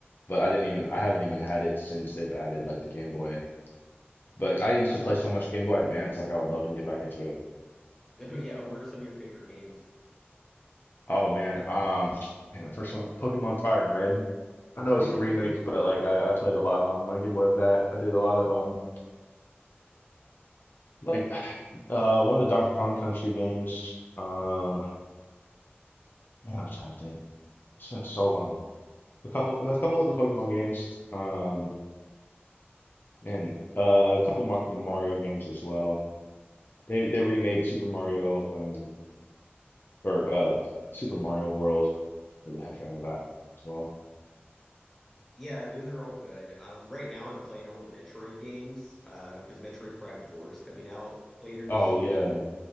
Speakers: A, on the left; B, in the centre.
A: But I didn't even I haven't even had it since they've added like the Game Boy. But I used
B: Um,
A: to play so much Game Boy Advance, like I would love to get back into it.
B: <laughs> yeah, what are some of your favorite games?
A: Oh man, um and the first one, Pokemon Fire Red. I know
B: <laughs>
A: it's a remake, but like I, I played a lot on my Game Boy of that. I did a lot of um like <sighs> uh one of the Donkey Kong Country games. Um man, I'm trying to think. It's been so long. A couple, a couple of the Pokemon games, um, and uh, a couple of the Mario games as well. They they remade Super Mario, um, or uh, Super Mario World. for the heck out of that as well.
B: Yeah, those are all good. Um, right now I'm playing all the Metroid games, uh, because Metroid Prime 4 is coming out later
A: Oh
B: this
A: yeah,
B: year.